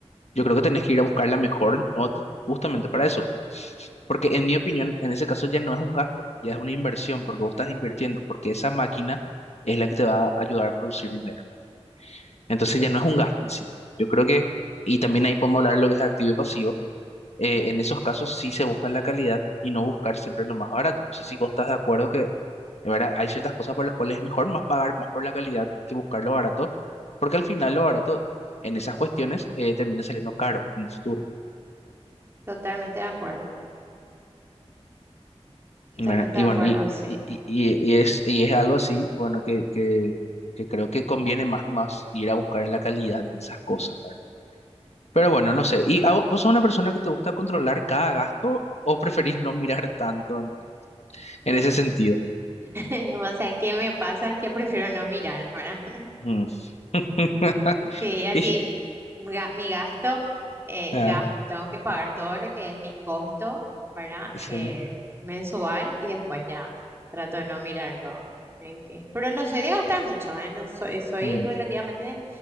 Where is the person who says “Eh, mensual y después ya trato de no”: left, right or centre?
Right